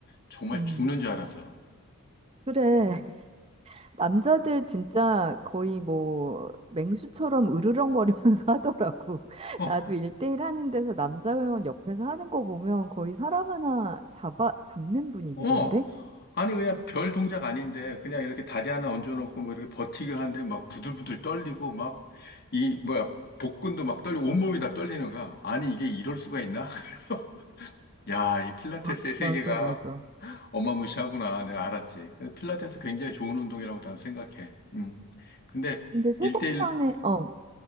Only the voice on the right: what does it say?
음.
그래. 남자들 진짜 거의 뭐 맹수처럼 으르렁거리면서 <laughs> 하더라고.
나도 일대일 하는 데서 남자 회원 옆에서 하는 거 보면 거의 사람 하나 잡아, 잡는 분위기던데?
마,
맞아, 맞아.
근데 세
번 만에, 어,